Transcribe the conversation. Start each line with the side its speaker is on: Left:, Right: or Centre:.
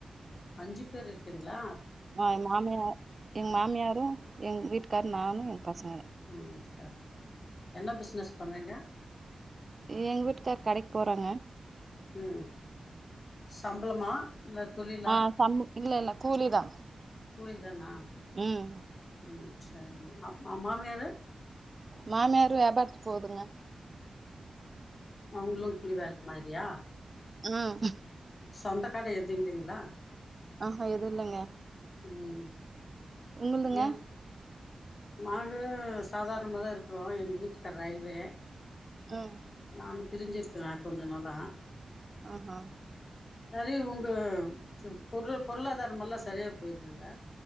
Left: அஞ்சி பேர் இருக்கறங்கிளா
Right: ஆ என் மாமியார் எங்க மாமியாரும் எங்க வீட்டுக்காரு நானு எங்க பசங்க
Left: ம் சரி சரி என்ன பிஸ்னஸ் பண்றீங்க
Right: எங்க வீட்டுக்கார் கடைக்கு போறாங்க
Left: ம் சம்பளமா இல்ல தொழிலா
Right: ஆ சம் இல்ல இல்ல கூலிதா
Left: கூலிதானா
Right: ம்
Left: ம் செரி அப் ஆ மாமியாரு
Right: மாமியாரு வேபாரத்துக்கு போவுதுங்க
Left: அவுங்களும் கூலி வேல மாதிரியா
Right: ம்
Left: சொந்தக்கட எது இல்லைங்களா
Right: ஆ ஹா எதும் இல்லங்க
Left: ம்
Right: உங்கள்துங்க
Left: எ நாங்க சாதாரணமா தா இருக்கிறோ எங்க வீட்டுக்கார் ரயில்வே
Right: ம்
Left: நானு பிரிஞ்சிருக்கிற கொஞ்ச நாளா
Right: ஆஹ
Left: சரி உங்க பொருள் பொருளாதாரமல்லா சரியா போயிருதுங்க